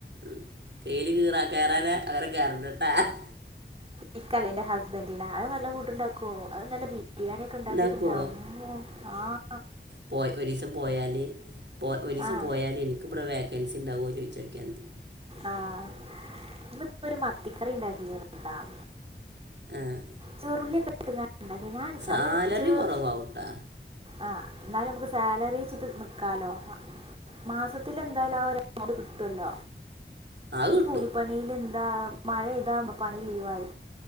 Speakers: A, on the right; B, on the right.
A: ഉം കേലി കീറാ കേറാനാ അങ്ങനെ കേറണ്ടട്ടാ ഹ
B: ഇക്കല്ല ഇന്റെ ഹുസ്ബൻഡിനാ അത് നല്ല ഫുഡ് ഉണ്ടാക്കുവോ, അത് നല്ല ബിരി ബിരിയാണി ഒക്കെ ഉണ്ടാക്കീട്ട്
A: ഉണ്ടാക്കുമോ
B: ഇന്റെറമ്മോ ആഹ്
A: പോയ് ഒരീസം പോയാല് പോ ഒരീസം
B: ആ
A: പോയാല് ഇന്ക് ഇവിടെ വേക്കൻസി ഉണ്ടാവോ ചോയ്ച്ചൊക്യാദി
B: ആഹ് ഇന്നിപ്പൊ ഒരു മത്തിക്കറി ഇണ്ടാക്കി കൊടുക്കാം.
A: ആഹ്
B: ചെറുള്ളി ഒക്കെ ഇട്ട് കാണ്ട് ഇണ്ടാക്കി ഞാൻ ഞ്ഞമ്മള്
A: സാലറി
B: ചേർ
A: കുറവാവും കേട്ടാ
B: ആഹ് അന്നാലും നമുക്ക് സാലറി വെച്ചിട്ട് നിക്കാലോ ആഹ്. മാസത്തിലെന്തായാലും ആ ഒരു <unintelligible> കിട്ടു അല്ലോ
A: അത്
B: ഈ
A: കിട്ടും
B: കൂലിപ്പണീല് എന്താ മഴെയ്താ പണി ലീവായി